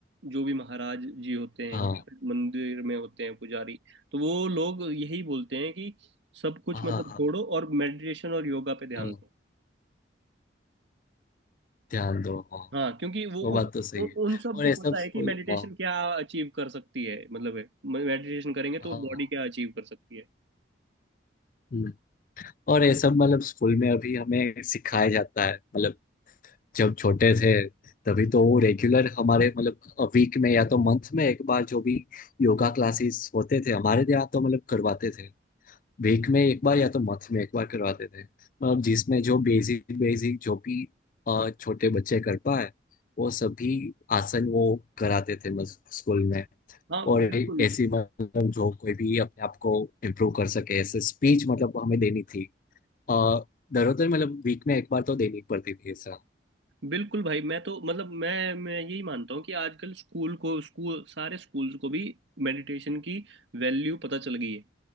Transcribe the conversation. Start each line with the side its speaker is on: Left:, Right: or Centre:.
Right: जो भी महाराज जी होते हैं
Left: हाँ
Right: या फिर मंदिर में होते हैं पुजारी तो वो लोग यही बोलते हैं कि सब कुछ
Left: हाँ
Right: मतलब
Left: हाँ हाँ,
Right: छोड़ो और मेडिटेशन और योगा पे ध्यान
Left: हाँ,
Right: दो
Left: ध्यान दो हाँ
Right: हाँ क्योंकि वो
Left: वो बात
Right: उन
Left: तो सही
Right: उन
Left: है
Right: उन सबको
Left: और ये सब
Right: पता है
Left: स्कूल
Right: कि मेडिटेशन
Left: हाँ
Right: क्या अचीव कर सकती है मतलब मेडिटेशन करेंगे तो
Left: हाँ
Right: बॉडी क्या अचीव कर सकती है
Left: हम्म। और ये सब मतलब स्कूल में अभी हमें सिखाया जाता है मतलब जब छोटे थे तभी तो वो रेगुलर हमारे मतलब वीक में या तो मंथ में एक बार जो भी योगा क्लासेस होते थे हमारे यहाँ तो मतलब करवाते थे वीक में एक बार या तो मंथ में एक बार करवाते थे मतलब जिसमें जो बेसिक बेसिक जो भी अ, छोटे बच्चे कर पाए वो सभी आसन वो कराते थे मतलब स्कूल में
Right: हाँ
Left: और
Right: बिल्कुल
Left: ऐसी मतलब जो कोई भी अपने आप को इम्प्रूव कर सके ऐसे स्पीच मतलब हमें देनी थी आ, दरअसल मतलब वीक में एक बार तो देनी पड़ती थी ऐसा
Right: बिल्कुल भाई मैं तो मतलब मैं मैं यही मानता हूँ कि आजकल स्कूल को स्कूल सारे स्कूल्स को भी मेडिटेशन की वैल्यू पता चल गई है